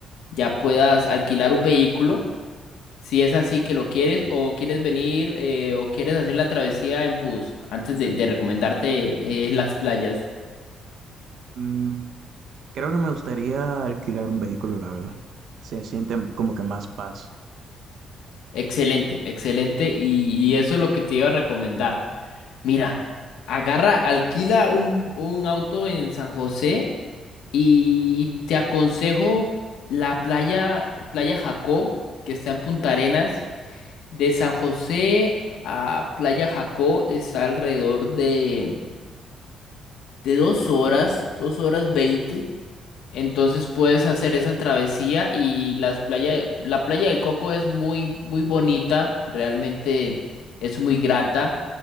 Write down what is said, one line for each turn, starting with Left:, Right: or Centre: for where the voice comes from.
Left: ya puedas alquilar un vehículo, si es así que lo quieres, o quieres venir, eh, o quieres hacer la travesía en bus, antes de, de recomendarte eh, las playas.
Right: Mm, creo que me gustaría alquilar un vehículo, la verdad. Se siente como que más paz.
Left: Excelente, excelente. Y, y eso es lo que te iba a recomendar. Mira, agarra, alquila un, un auto en San José y te aconsejo la playa, Playa Jacó, que está en Punta Arenas. De San José a Playa Jacó está alrededor de, de dos horas, dos horas veinte. Entonces puedes hacer esa travesía y las playas, la playa del Coco es muy, muy bonita, realmente es muy grata